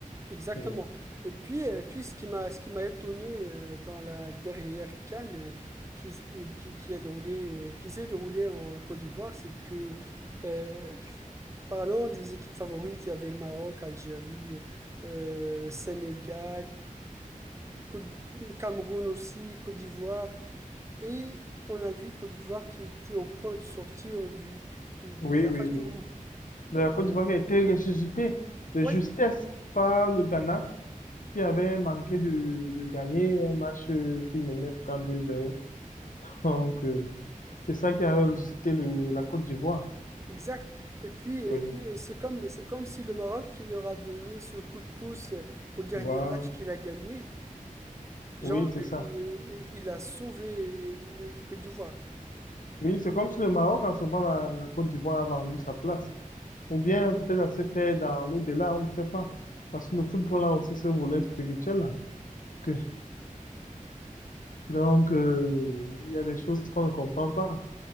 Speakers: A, on the right; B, on the left.
A: exactement.
B: Oui,
A: Et puis, et puis ce qui m'a ce qui m'a étonné euh, dans la dernière CAN euh, qui, s- qui, qui a déroulé, euh, qui s'est déroulée en Côte d'Ivoire, c'est que, euh, parlant des équipes favorites, il y avait le Maroc, Algérie, euh, Sénégal, Côte- Cameroun aussi, Côte d'Ivoire. Et on a vu Côte d'Ivoire qui était au point de sortir du, du- du- de
B: oui,
A: la
B: oui.
A: phase
B: oui.
A: du groupe.
B: La Côte d'Ivoire qui a été ressuscitée de
A: Oui,
B: justesse par le Ghana qui avait manqué de, de gagner un match euh, qui menait pourtant 2-0. Donc, euh, c'est ça qui avait ressuscité le, la Côte d'Ivoire.
A: exact. Et puis, et
B: Oui,
A: puis c'est comme, c'est comme si le Maroc qui leur a donné ce coup de pouce euh, au dernier
B: voilà.
A: match qu'il a gagné. Genre,
B: Oui, c'est ça.
A: il, il a sauvé le Côte d'Ivoire.
B: Oui, c'est comme si le Maroc, en ce moment, la, la Côte d'Ivoire a vendu sa place. Ou bien peut-être ça se fait dans l'au-delà, on ne sait pas. Parce que le football a aussi ce volet spirituel là. Que- donc, euh, il y a des choses qu'on ne comprend pas.